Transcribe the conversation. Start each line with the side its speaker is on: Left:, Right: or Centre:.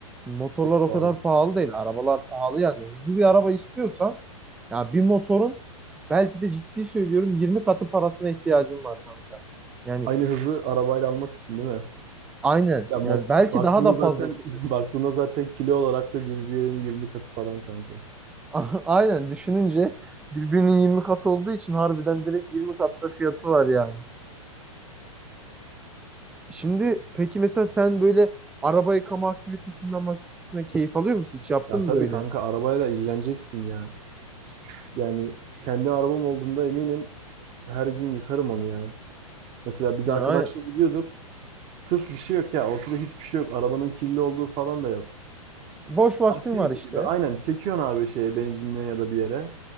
Centre: Motorlar
Right: Çok
Centre: o
Right: pahalı.
Centre: kadar pahalı değil. Arabalar pahalı yani. Hızlı bir araba istiyorsan ya bir motorun belki de ciddi söylüyorum 20 katı parasına ihtiyacın var kanka. Yani
Right: Aynı hızı arabayla almak için değil mi?
Centre: aynen.
Right: Ya mod,
Centre: Yani belki
Right: baktığında
Centre: daha da
Right: zaten
Centre: fazlasıdır.
Right: <laughs> baktığında zaten kilo olarak da bir diğerinin 20 katı falan kanka.
Centre: <laughs> A- Aynen düşününce birbirinin 20 katı olduğu için harbiden direkt 20 katta fiyatı var yani. Şimdi peki mesela sen böyle araba yıkama aktivitesinden aktivitesine keyif alıyor musun? Hiç yaptın
Right: Ya
Centre: mı
Right: tabii
Centre: böyle?
Right: kanka arabayla ilgileneceksin ya. Yani kendi arabam olduğunda eminim her gün yıkarım onu ya. Mesela biz
Centre: Yani
Right: arkadaşla
Centre: aynen.
Right: gidiyorduk. Sırf bir şey yok ya. Ortada hiçbir şey yok. Arabanın kirli olduğu falan da yok.
Centre: Boş vaktin
Right: Aktivite
Centre: var işte.
Right: gibi. Aynen. Çekiyorsun abi şeye benzinliğe ya da bir yere.